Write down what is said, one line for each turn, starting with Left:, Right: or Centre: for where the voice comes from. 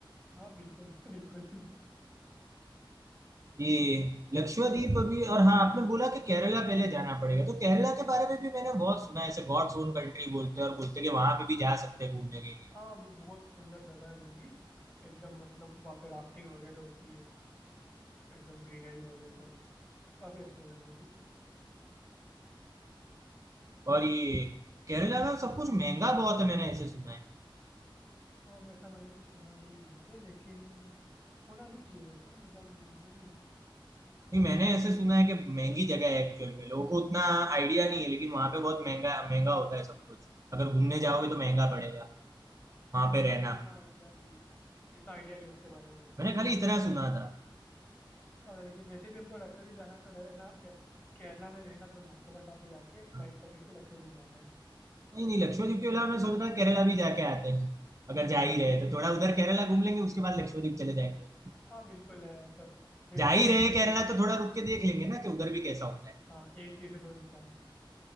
Left: हाँ बिल्कुल <laughs> बिल्कुल
Right: ये लक्षद्वीप अभी और हाँ आपने बोला कि केरला पहले जाना पड़ेगा तो केरला के बारे में भी मैंने बहुत सुना है ऐसे गॉड्स ओन कंट्री बोलते हैं और बोलते हैं कि वहां पे भी जा सकते हैं घूमने के लिए
Left: हाँ वो बहुत सुंदर जगह है वो भी एकदम मतलब वहाँ पे राफ्टिंग वगैरह होती है एकदम ग्रीनरी वगैरह सब काफ़ी अच्छी जगह है वो भी
Right: और ये केरला में सब कुछ महंगा बहुत है मैंने ऐसे सुना है
Left: और ऐसा मैंने कुछ सुना नहीं है वैसे लेकिन होना नहीं चाहिए वैसे मतलब वो नॉर्मली होगा
Right: नहीं मैंने ऐसे
Left: मेरे को इतना
Right: सुना है कि महंगी जगह है एक्चुअल में लोगों को उतना आइडिया नहीं है लेकिन वहां पे बहुत महंगा महंगा होता है सब कुछ अगर घूमने जाओगे तो महंगा पड़ेगा वहां
Left: हाँ
Right: पे
Left: मेरे
Right: रहना
Left: को इतना आइडिया नहीं है इतना आइडिया नहीं उसके बारे में मेरे को
Right: मैंने
Left: लेकिन
Right: खाली इतना सुना था
Left: क्या होता है लेकिन वैसे भी हमको लक्षद्वीप जाना तो रहना के, केरला में रहना तो नाम को बस वहाँ पे जाके
Right: हाँ।
Left: फ्लाइट पकड़ के लक्षद्वीप जाना है
Right: नहीं नहीं लक्षद्वीप के अलावा मैं सोच रहा था केरला भी जाके आते हैं अगर
Left: अच्छा
Right: जा ही
Left: ऐसे
Right: रहे तो थोड़ा उधर केरला घूम लेंगे उसके बाद लक्षद्वीप चले जाएंगे
Left: हाँ बिल्कुल है मतलब एक
Right: जा ही
Left: तीर से
Right: रहे
Left: दो
Right: केरला
Left: तीर
Right: तो थोड़ा रुक के देख लेंगे ना कि उधर भी कैसा होता है
Left: हाँ एक तीर से दो निशान